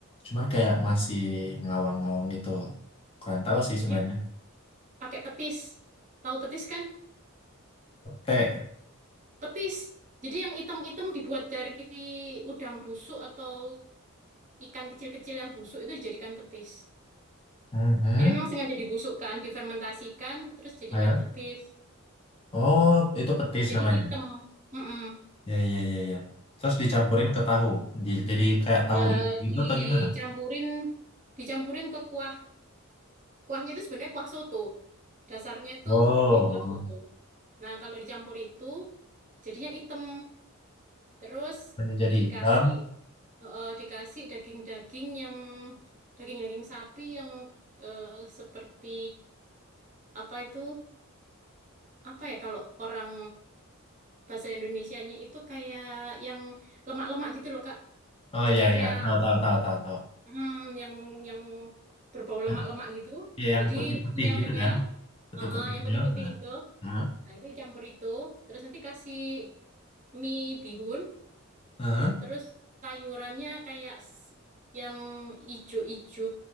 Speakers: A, on the left; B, on the right.
A: cuman kayak masih ngawang-ngawang gitu. Kurang tahu sih
B: jadi
A: sebenarnya.
B: pakai petis. Tahu petis kan?
A: Pete.
B: Petis. Jadi yang item-item dibuat dari udang busuk atau ikan kecil-kecil yang busuk itu dijadikan petis.
A: Mhm.
B: Jadi memang sengaja dibusukkan, difermentasikan, terus jadikan
A: Ayam.
B: petis.
A: Oh, itu petis
B: Jadi
A: namanya.
B: item. Mm-mm.
A: Ya, ya, ya, ya. Terus dicampurin ke tahu. Di- jadi kayak
B: Ya
A: tahu i- gitu
B: dicampurin
A: atau gimana?
B: dicampurin ke kuah Kuahnya itu sebenarnya kuah soto. Dasarnya itu
A: Oh,
B: sebenarnya kuah soto. Nah, kalau dicampur itu jadinya item. Terus
A: hanya jadi
B: dikasih
A: hitam.
B: eh, dikasih daging-daging yang daging-daging sapi yang eh, seperti apa itu? Apa ya kalau orang bahasa Indonesianya itu kayak yang lemak-lemak gitu loh, Kak.
A: Oh,
B: Jadi
A: ya,
B: kayak
A: ya. Tahu, tahu, tahu, tahu, tahu.
B: hmm, yang yang berbau lemak-lemak
A: Yang,
B: gitu.
A: ya, yang
B: Jadi
A: putih-putih
B: kenyal-kenyal,
A: gitu kan? Putih-putihnya.
B: eh, eh, yang putih-putih
A: Nah.
B: itu.
A: Hah?
B: Nah, itu dicampur itu, terus nanti kasih mie bihun,
A: Hah?
B: terus sayurannya kayak s- yang ijo-ijo